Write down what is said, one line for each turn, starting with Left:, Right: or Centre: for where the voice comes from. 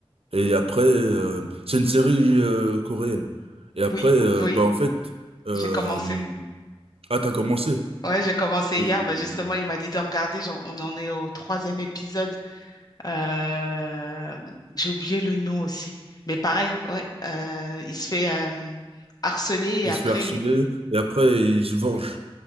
Right: Et après, euh, c'est une série euh, coréenne. Et après,
Left: oui,
Right: euh,
Left: oui,
Right: bah, en fait, euh,
Left: j'ai commencé.
Right: ah, t'as commencé.
Left: Ouais, j'ai commencé
Right: Et-
Left: hier. Bah, justement, il m'a dit de regarder. J'en- on en est au troisième épisode. Euh, j'ai oublié le nom aussi. Mais pareil, ouais, euh, il se fait euh, harceler et
Right: Il
Left: après,
Right: se fait harceler et après, il se venge.